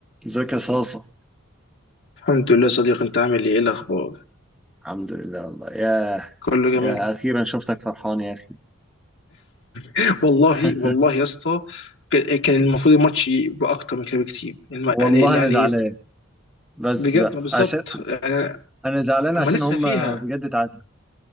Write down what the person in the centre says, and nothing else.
ازيك يا صاصة
الحمد لله والله ياه
يا أخيرا شفتك فرحان يا أخي
<laughs>
والله
انا زعلان بس
بقى
عشان
انا زعلان عشان
هم
بجد اتعادلوا